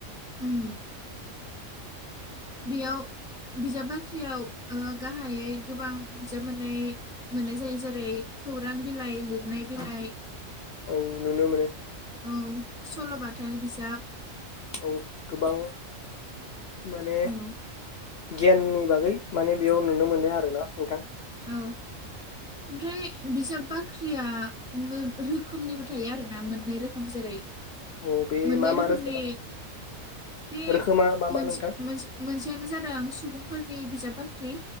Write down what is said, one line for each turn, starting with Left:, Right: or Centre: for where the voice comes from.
Centre: उम बेयाव बिजाब बाख्रियाव ओ गाहाइयै गोबां बिजाब मोननाय मोननाय जायो। जेरै खौर खौरां बिलाइ, लिरनाय बिलाइ
Left: औ। नुनो मोनो।
Centre: औ सल'बाथा बिजाब
Left: औ गोबां। माने
Centre: औ
Left: गियाननि बागै माने बेयाव नुनो मोनो आरो ना नोंथां।
Centre: औ ओमफ्राय बिजाब बाख्रिया मो-रोखोमनिबो थायो आरोना मोननै रोखोम। जेरै
Left: औ बे
Centre: मोननै
Left: मा मा
Centre: रोखोमनि
Left: रोखोमा
Centre: बे
Left: रोखोमा मा मा
Centre: मोनसे
Left: नोंथां
Centre: मोनसे मोनसेयानो जादों सुबुं फोरनि बिजाब बाख्रि